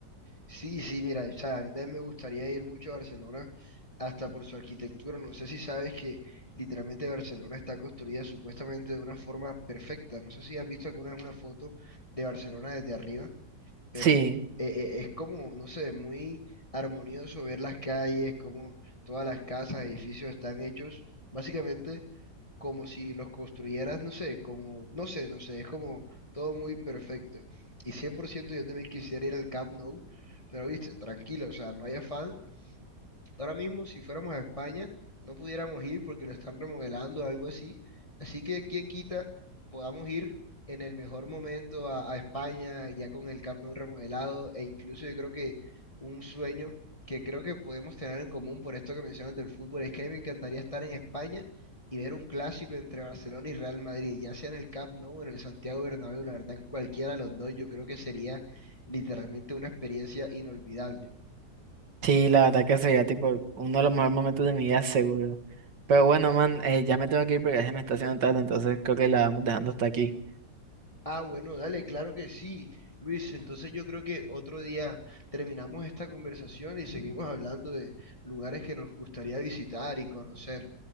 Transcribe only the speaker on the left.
Sí, sí, mira, o sea, a mí también me gustaría ir mucho a Barcelona, hasta por su arquitectura. No sé si sabes que literalmente Barcelona está construida supuestamente de una forma perfecta. No sé si has visto alguna vez una foto de Barcelona desde arriba pero
eh, eh, es como, no sé, muy armonioso ver las calles, como todas las casas, edificios están hechos básicamente como si los construyeras, no sé, como, no sé, no sé, es como todo muy perfecto. Y 100% yo también quisiera ir al Camp Nou, pero viste, tranquilo, o sea, no hay afán. Ahora mismo, si fuéramos a España, no pudiéramos ir porque lo están remodelando o algo así. Así que, quién quita, podamos ir en el mejor momento a, a España, ya con el Camp Nou remodelado, e incluso yo creo que un sueño que creo que podemos tener en común por esto que mencionas del fútbol, es que a mí me encantaría estar en España y ver un clásico entre Barcelona y Real Madrid, ya sea en el Camp Nou o en el Santiago Bernabéu, la verdad, en cualquiera de los dos, yo creo que sería literalmente una experiencia inolvidable.
Ah, bueno, dale, claro que sí, Luis. Entonces yo creo que otro día terminamos esta conversación y seguimos hablando de lugares que nos gustaría visitar y conocer.